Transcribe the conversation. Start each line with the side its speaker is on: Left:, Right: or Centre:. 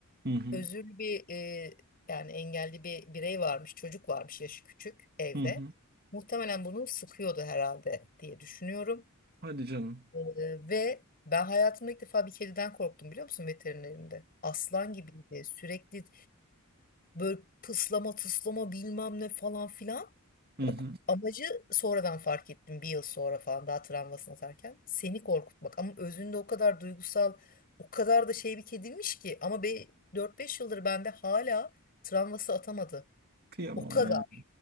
Right: Hı hı.
Left: Özürlü bir e, yani engelli bir birey varmış, çocuk varmış yaşı küçük evde.
Right: Hı hı.
Left: Muhtemelen bunu sıkıyordu herhalde diye düşünüyorum.
Right: Hadi canım.
Left: Ee, ve ben hayatımda ilk defa bir kediden korktum biliyor musun veterinerinde. Aslan gibiydi. Sürekli böyle pıslama tıslama bilmem ne falan filan.
Right: Hı hı.
Left: O, amacı sonradan fark ettim bir yıl sonra falan daha travmasını atarken. Seni korkutmak ama özünde o kadar duygusal o kadar da şey bir kediymiş ki. Ama be, 4-5 yıldır bende hala travması atamadı.
Right: Kıyamam
Left: O kadar
Right: ya.